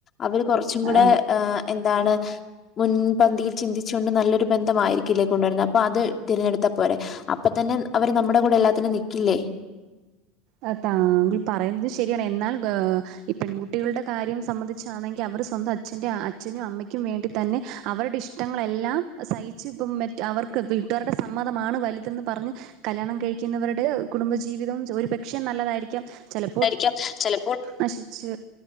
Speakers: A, on the left; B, on the right.
A: അവര് കുറച്ചും കൂടെ
B: അതെ
A: ആ എന്താണ് മുൻപന്തിയിൽ ചിന്തിച്ചുകൊണ്ട് നല്ലൊരു ബന്ധമായിരിക്കില്ലേ കൊണ്ടുവരുന്നത്. അപ്പൊ അത് തിരഞ്ഞെടുത്താ പോരെ? അപ്പ തന്നെ അവര് നമ്മടെ കൂടെ എല്ലാത്തിനും നിക്കില്ലേ?
B: അഹ് താങ്കൾ പറയുന്നത് ശരിയാണ് എന്നാൽ ഗേ ഈ പെൺകുട്ടികളുടെ കാര്യം സംബന്ധിച്ചാണെങ്കി അവർ സ്വന്തം അ ച്ഛ്ന്റെ അ അച്ഛനും അമ്മയ്ക്കും വേണ്ടി തന്നെ അവരുടെ ഇഷ്ടങ്ങളെല്ലാം സഹിച്ച് ഇപ്പം മെ അവർക്ക് വീട്ടാരുടെ സമ്മതമാണ് വലുതെന്ന് പറഞ്ഞ് കല്യാണം കഴിക്കുന്നവരുടെ കുടുംബജീവിതവും ചൊ ഒരു പക്ഷേ നല്ലതായിരിക്കാം ചില
A: ണ്ടായിരിക്കാം ചെല
B: നശിച്ച്